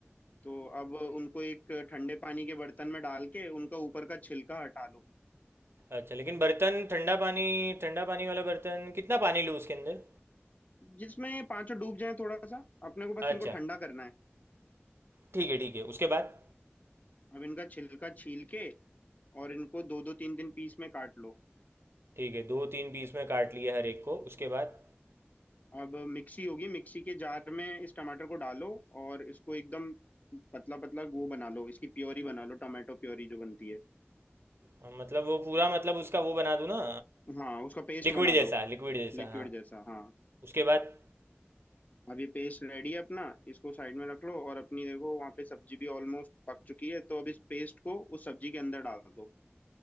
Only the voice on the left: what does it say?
तो अब उनको एक ठंडे पानी के बर्तन में डाल के उनका ऊपर का छिलका हटा लो
जिसमें ये पांचों डूब जाए थोड़ा सा अपने को बस
इनको ठंडा करना है
अब इनका छिलका छील के और इनको दो दो तीन तीन पीस में काट लो
अब मिक्सी होगी मिक्सी के जार में इस टमाटर को डालो और इसको एकदम पतला पतला वो बना लो इसकी प्योरी बना लो टमाटो प्योरी जो बनती है
हाँ उसका पेस्ट
बना
दो
लिक्विड
जैसा हाँ
अब ये पेस्ट रेडी है अपना इसको साइड में रख लो और अपनी देखो वहाँ पे सब्जी भी ऑलमोस्ट पक चुकी है तो अब इस पेस्ट को उस सब्जी के अंदर डाल दो